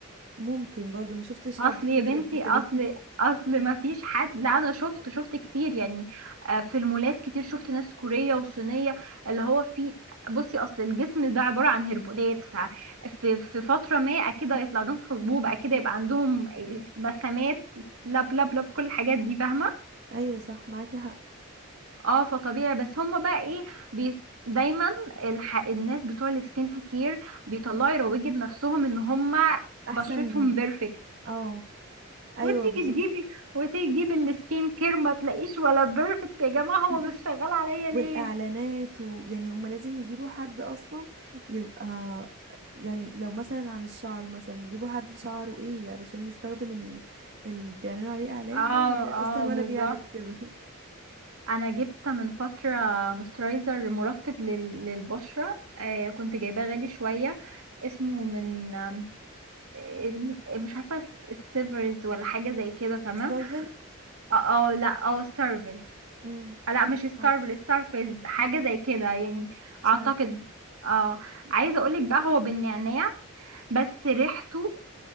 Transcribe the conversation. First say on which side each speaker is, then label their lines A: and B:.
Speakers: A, on the right (about 50°); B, on the right (about 80°).
A: ممكن برضو ما شفتش
B: اصل
A: حد كوري
B: يا بنتي
A: قبل كده
B: اصل اصل ما فيش حد لا انا شفت شفت كتير يعني آه، في المولات كتير شفت ناس كورية وصينية اللي هو في بصي اصل الجسم ده عبارة عن هرمونات ففي في فترة ما اكيد هيطلع لهم حبوب اكيد هيبقى عندهم آه، مسامات لب لب لب كل الحاجات دي فاهمة
A: ايوه صح معاكي حق
B: اه فطبيعي بس هم بقى ايه بي دايما الح... الناس بتوع السكين كير بيطلعوا يروجوا لنفسهم ان هم
A: احسن
B: بشرتهم بيرفكت
A: اه ايوه
B: وتيجي
A: بالظبط
B: تجيبي وتيجي تجيبي السكين كير ما تلاقيش ولا بيرفكت يا جماعة
A: <laughs>
B: هو مش شغال عليا
A: والاعلانات
B: ليه
A: ويعني هما لازم يجيبوا حد اصلا يبقى يعني لو مثلا عن الشعر مثلا يجيبوا حد شعره ايه علشان يستخدم ال... اللي بيعلنوا عليه اعلان
B: اه
A: ده وهتلاقي
B: اه
A: اصلا ولا
B: بالظبط
A: بيعمل كده
B: انا جبت من فترة موسترايزر مرطب لل- للبشرة آه كنت جايباه غالي شوية اسمه من آم، آه، مش عارفة ستيفرز ولا حاجة زي كده تمام
A: <laughs> ستارفل
B: اه آه، لا اه ستارفل
A: امم
B: آه، لا مش ستارفل
A: عارفه
B: ستارفيز حاجة زي كده يعني
A: مش
B: اعتقد
A: عارفه
B: اه عايزة اقولك بقى هو بالنعناع بس ريحته